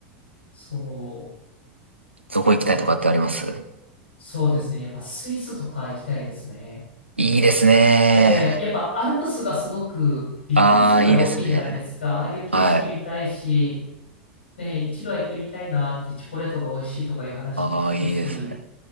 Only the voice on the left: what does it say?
そう、
そうですね。やっぱスイスとか行きたいですね。
えー、やっぱアルプスがすごくびっくりするぐらい大きいじゃないですか。
ああいう景色見たいし、
ね、一度は行ってみたいなってチョコレートが美味しいとかいう話も聞くし、